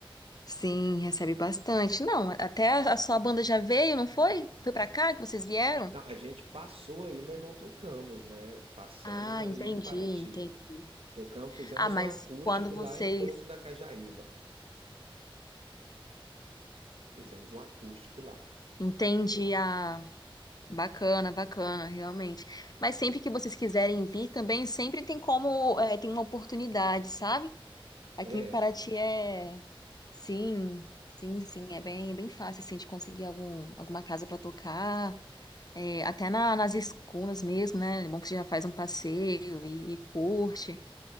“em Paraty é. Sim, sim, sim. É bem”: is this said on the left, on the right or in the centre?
Left